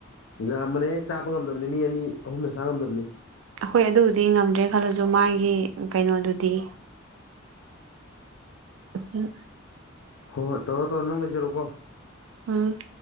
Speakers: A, on the left; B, on the right.
A: ꯌꯥꯝꯕꯅꯦ ꯆꯥꯕ ꯉꯝꯗꯕꯅꯤ ꯃꯤ ꯑꯅꯤ ꯑꯍꯨꯝꯅ ꯆꯥ ꯉꯝꯗꯕꯅꯤ
B: ꯑꯩꯈꯣꯏ ꯑꯗꯨꯕꯨꯗꯤ ꯉꯝꯗ꯭ꯔꯦ ꯈꯜꯂꯁꯨ ꯃꯥꯒꯤ ꯀꯩꯅꯣꯗꯨꯗꯤ ꯎꯝ
A: ꯍꯣꯏ ꯍꯣꯏ ꯇꯧꯔꯣ ꯇꯧꯔꯣ ꯅꯪ ꯂꯩꯖꯔꯛꯑꯣꯀꯣ
B: ꯎꯝ